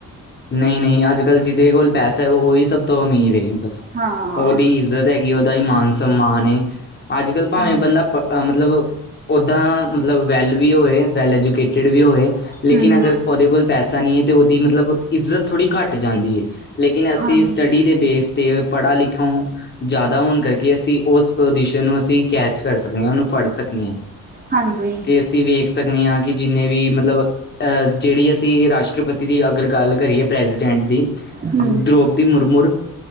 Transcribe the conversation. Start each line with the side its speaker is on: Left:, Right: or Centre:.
Left: ਨਹੀਂ-ਨਹੀਂ, ਅੱਜ-ਕੱਲ ਜਿਹਦੇ ਕੋਲ ਪੈਸਾ ਹੈ ਉਹੀ ਸਭ ਤੋਂ ਅਮੀਰ ਹੈ ਬਸ
Right: ਹਾਂ
Left: ਉਹਦੀ ਇੱਜ਼ਤ ਹੈਗੀ ਉਹਦਾ ਹੀ ਮਾਨ-ਸਮਾਨ ਏ ਅੱਜ-ਕੱਲ ਭਾਵੇਂ
Right: ਹਮ
Left: ਬੰਦਾ ਪੜ ਮਤਲਬ ਉੱਦਾਂ ਮਤਲਬ ਵੈੱਲ ਵੀ ਹੋਏ, ਵੈੱਲ ਐਜੂਕੇਟਡ ਵੀ ਹੋਵੇ, ਲੇਕਿਨ
Right: ਹਮ
Left: ਅਗਰ ਉਹਦੇ ਕੋਲ ਪੈਸਾ ਨਈ ਐ ਤੇ ਉਹਦੀ ਮਤਲਬ ਇੱਜ਼ਤ ਥੋੜ੍ਹੀ ਘੱਟ ਜਾਂਦੀ ਐ ਲੇਕਿਨ ਅਸੀਂ
Right: ਹਾਂ
Left: ਸਟੱਡੀ ਦੇ ਬੇਸ 'ਤੇ ਪੜ੍ਹਾ ਲਿਖਾ ਜ਼ਿਆਦਾ ਹੋਣ ਕਰਕੇ ਅਸੀਂ ਉਸ ਪੁਜੀਸ਼ਨ ਨੂੰ ਅਸੀਂ ਕੈਚ ਕਰ ਸਕਣੀ ਆ, ਉਹਨੂੰ ਫੜ ਸਕਣੀ ਆ।
Right: ਹਾਂਜੀ।
Left: ਅਸੀਂ ਵੇਖ ਸਕਨੇ ਆ ਕਿ ਜਿੰਨੇ ਵੀ ਮਤਲਬ ਜਿਹੜੀ ਅਸੀਂ ਰਾਸ਼ਟਰਪਤੀ ਦੀ ਅਗਰ ਗੱਲ ਪ੍ਰੈਜੀਡੈਂਟ ਦੀ,
Right: ਹਮ
Left: ਦੋ੍ਰਪਦੀ ਮੁਰਮੂਰ